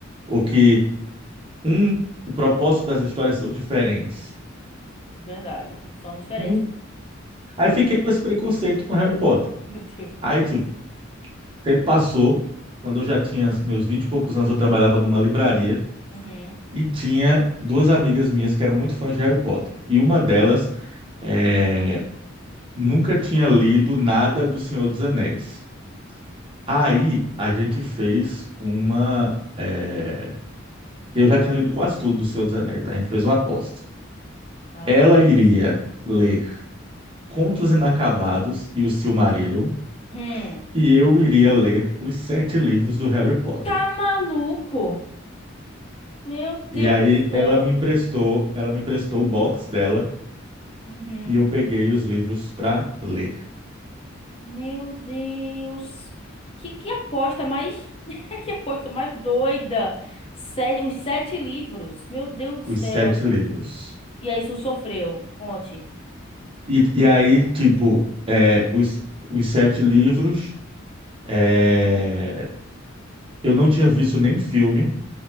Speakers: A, on the right (about 25°); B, on the left (about 30°).
A: ou
B: Hum,
A: que um, o propósito das histórias são diferentes.
B: verdade. São diferentes.
A: Não- Aí fiquei com esse preconceito com Harry Potter.
B: <laughs> Meu Deus.
A: Aí tipo, o tempo passou, quando eu já tinha meus vinte e poucos anos, eu trabalhava numa livraria
B: Uhum.
A: e tinha duas amigas minhas que eram muito fãs de Harry Potter. E uma delas eh, nunca tinha lido nada do Senhor dos Anéis. Aí a gente fez uma. eh, Eu já tinha lido quase tudo do Senhor dos Anéis. A gente fez uma aposta.
B: Ai,
A: Ela
B: meu Deus.
A: iria ler Contos Inacabados e o Silmarillion,
B: Hum.
A: e eu iria ler os sete livros do Harry Potter.
B: Tá maluco? Meu Deus
A: E aí
B: do céu.
A: ela me emprestou, ela me emprestou o box dela
B: Uhum.
A: e eu peguei os livros para ler,
B: Meu Deus. Que, que aposta mais. <laughs> Que aposta mais doida. Sete, os sete livros. Meu Deus do
A: os
B: céu.
A: sete livros.
B: E aí, isso sofreu. Conte.
A: E, e aí, tipo, eh, os, os sete livros. É, Eu não tinha visto nem filme,